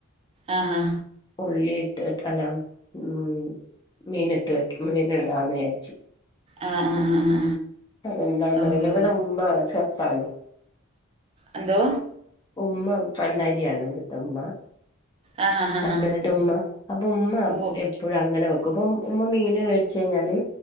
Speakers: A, on the right (about 30°); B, on the left (about 20°).
A: ആഹ്ഹാ
B: ഉള്ളിയിട്ട് ട്ട് അല്ല ഉം ഉം മീനിട്ട് വെക്ക മീനിടാന്ന് വിചാരിച്ചു
A: ആ ആ ആ ആ ആ
B: അതെന്താന്നറിയില
A: ഓ ഓ
B: ഇവിടെ ഉമ്മ ഷെഫാണ്
A: എന്തോ
B: ഉമ്മ പണ്ടാരിയാണ് ഇവിടത്തുമ്മ
A: ആ ഹാ ഹാ
B: ഹസ്ബൻഡിന്റെന്റുമ്മ
A: ഹാ
B: അപ്പൊ ഉമ്മ
A: ഓ
B: എ പ്പോഴങ്ങനെ വെക്കു ഇപ്പം ഉം ഉമ്മ മീന് വേടിച്ചയിഞ്ഞാല്